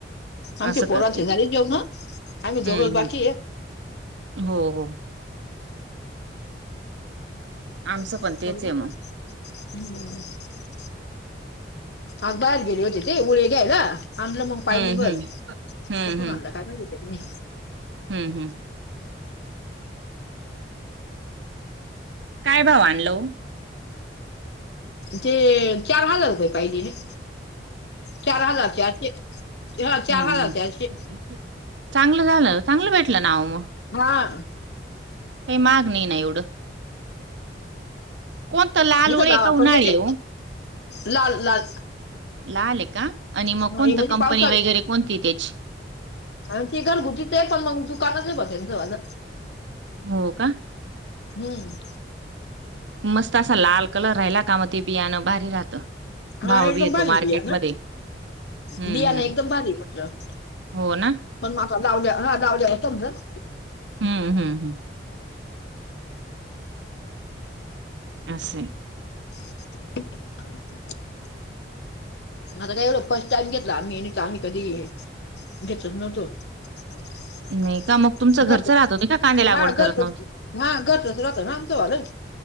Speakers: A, on the left; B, on the right.
A: आमच्या
B: असं
A: पोर
B: करते
A: शेजारी जेऊ ना आम्ही जवळ
B: हम्म
A: बाकी
B: हम्म
A: आहे.
B: हो हो. आमचं
A: कर
B: पण तेच आहे मग
A: हो. अग बाहेर गेले होते ते ळ घ्यायला आणलं मग पाहिली
B: हम्म
A: बर
B: हम्म हम्म
A: कुठून
B: हम्म
A: आणलं काय माहिती ह.
B: हम्म हम्म. काय भाऊ आणलो.
A: ते चार हजार रुपये पाहिली. चार हजार चारश हा चार
B: हम्म
A: हजार चारशी.
B: हम्म. चांगलं झालं चांगलं भेटलं नाव मग
A: हा.
B: काही माग नाही ना एवढं. कोणतं लाल
A: म
B: उळे
A: का गावात
B: उन्हाळी
A: पण त्याच्या
B: आहे ओ?
A: लाल लाल.
B: लाल आहे का आणि
A: हा,
B: मग कोणत
A: हे म्हणजे
B: कंपनी
A: पावसाळी
B: वगैरे कोणती त्याची
A: आणि तेी घर घुतीच पण मग दुकानाच बसलच वाज.
B: हो का.
A: हम्म.
B: मस्त असा लाल कलर राहिला का मग ते पियाणं भारी राहतं. भाव
A: हा एकदम
B: बी येतो
A: भारी
B: मार्केटमध्ये.
A: बीया ना.
B: हम्म
A: बया
B: हम्म
A: ना एकदम भारी म्हटलं.
B: हो ना?
A: मण माा लाावल्या हा लाावल्यावर समज
B: हम्म हम्म हम्. असे.
A: <unintelligible> <unintelligible> आता काय एढ फर्स्ट टाइम घेतला आम्ही आम्ही कधी घेतत नव्हतो. <unintelligible>
B: नाही का मग तुमचं
A: घर
B: घरचं राहत होते का कांदे लागवड
A: हा घरतस
B: करत नव्हते?
A: हा घरतस रातो आमतो वाले